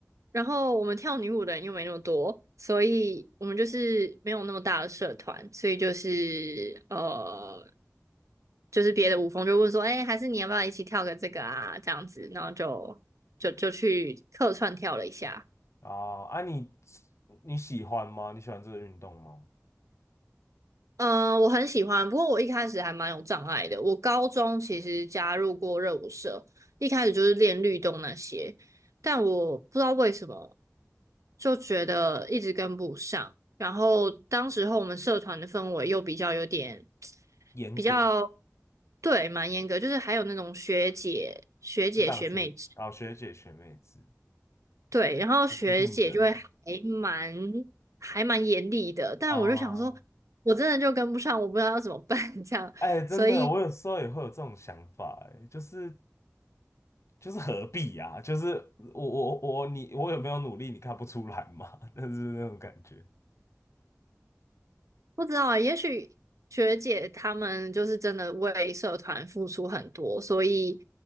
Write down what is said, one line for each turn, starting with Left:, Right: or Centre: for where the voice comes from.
Right: 然后我们跳女舞的人又没那么多，所以我们就是没有那么大的社团，所以就是呃，就是别的舞风就问说，哎、还是你要不要一起跳个这个啊？这样子，然后就就就去客串跳了一下。
Left: 哦，啊你，你喜欢吗？你喜欢这个运动吗？
Right: 嗯，我很喜欢，不过我一开始还蛮有障碍的。我高中其实加入过热舞社，一开始就是练律动那些，但我不知道为什么就觉得一直跟不上。然后当时候我们社团的氛围又比较有点
Left: 严格
Right: 比较对，蛮严格，就是还有那种学姐、学姐、
Left: 这样学，
Right: 学妹制
Left: 啊，学姐学妹子
Right: 对，然后学姐就会还蛮
Left: 一定得
Right: 还蛮严厉的，但我就想说，
Left: 哦，
Right: 我真的就跟不上，我不知道要怎么办 <laughs> 这样，
Left: 哎，真的，
Right: 所以
Left: 我有时候也会有这种想法，哎，就是就是何必呀、就是我我我你我有没有努力，你看不出来嘛？<laughs> 但是那种感觉。
Right: 不知道啊，也许学姐她们就是真的为社团付出很多，所以